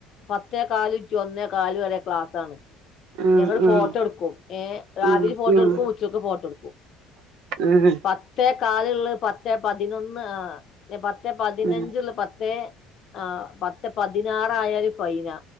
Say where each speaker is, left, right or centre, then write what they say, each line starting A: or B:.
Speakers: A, on the left (about 45°); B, on the right (about 70°).
A: പത്തേ കാല് ടു ഒന്നേ കാലു വരെ ക്ലാസാണ്
B: ആഹ്
A: ഞങ്ങള് ഫോട്ടോ
B: ആഹ്
A: എടുക്കും ഏഹ് രാവിലെ
B: ആഹ്
A: ഫോ ട്ടോടുക്കും
B: ആഹ്
A: ഉച്ചക്ക ഫോട്ടടുക്കും
B: ആഹ്
A: പ പത്തേ കാലിള്ളെ പത്തെ പതിനൊന്ന് ആഹ് പത്തെ പതിനഞ്ചിള്ളെ
B: ആഹ്
A: പത്തെ ആഹ് പത്ത് പതിനാറായാല് ഫൈനാ